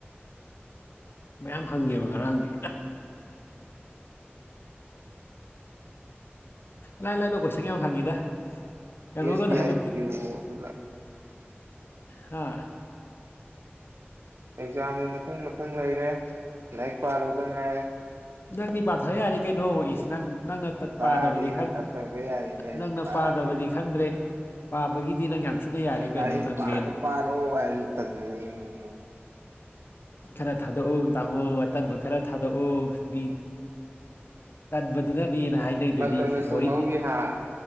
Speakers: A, on the left; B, on the right.
A: ꯃꯌꯥꯝ ꯍꯪꯉꯦꯕ ꯉꯔꯥꯡꯗꯤ ꯂꯥꯏ ꯂꯥꯏꯕ ꯀꯣꯏꯁꯟ ꯌꯥꯝ ꯍꯪꯉꯤꯗ ꯀꯩꯅꯣꯒꯗꯣ
B: ꯑꯦꯁ ꯕꯤ
A: ꯍꯪꯉꯛꯇꯦ
B: ꯑꯥꯏ ꯄꯤ ꯑꯣ
A: ꯍꯥ
B: ꯑꯦꯛꯖꯥꯝꯁꯦ ꯃꯊꯪ ꯃꯊꯪ ꯂꯩꯔꯦ ꯂꯥꯏꯔꯤꯛ ꯄꯥꯔꯨꯗ ꯉꯥꯏꯔꯦ
A: ꯅꯪꯅꯤ ꯄꯊꯥ ꯌꯥꯔꯦ ꯀꯩꯩꯅꯣ ꯏꯁ ꯅꯪ ꯅꯪꯅ
B: ꯄꯥꯗꯦ
A: ꯄꯥꯗꯕꯗꯤ
B: ꯄꯥꯊꯕ ꯌꯥꯔꯤꯈꯩ
A: ꯅꯪꯅ
B: ꯄꯥꯗꯦ
A: ꯄꯥꯗꯕꯗꯤ ꯈꯪꯗ꯭ꯔꯦ ꯄꯥꯕꯒꯤꯗꯤ ꯅꯪ ꯌꯥꯝ ꯊꯤꯅ ꯌꯥꯔꯦ ꯀꯩꯅꯣ
B: ꯂꯥꯏꯔꯤꯛ
A: ꯅꯪ
B: ꯄꯥꯗ
A: ꯔꯦꯟ
B: ꯄꯥꯔꯣ ꯍꯥꯏꯁꯨ ꯇꯟꯖꯜꯂꯛ ꯢꯅꯦꯕꯣ
A: ꯈꯔ ꯊꯥꯗꯣꯛꯑꯣ ꯇꯥꯃꯣ ꯑꯇꯟꯕ ꯈꯔ ꯊꯥꯗꯣꯛꯑꯣ ꯃꯤ ꯇꯟꯕꯗꯨꯅꯅꯦꯅ ꯍꯥꯏꯅꯩꯗꯨꯅꯤ
B: ꯃꯇꯝꯅ ꯆꯨꯝꯍꯧꯈꯤ
A: ꯕꯣꯔꯤꯡ
B: ꯍꯥ